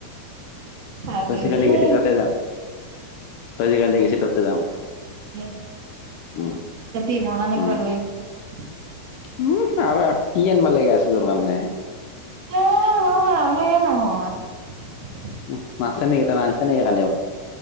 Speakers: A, on the right; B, on the left.
A: ভাগেৰে
B: তই যে কালি গেইছিলী তাতে যাম। কালি গৈছে তাতে যাম।
A: দে।
B: উম,
A: যাবি মই কাৰণে
B: উম,
A: কিবা লৈ আহিবি।
B: উম, আৰু কি আনিব লাগে আছে তোৰ কাৰনে?
A: মোৰ মোৰ সেয়া নহয়।
B: উম, মাছে নেকি ত' মানিছে নেকি কালি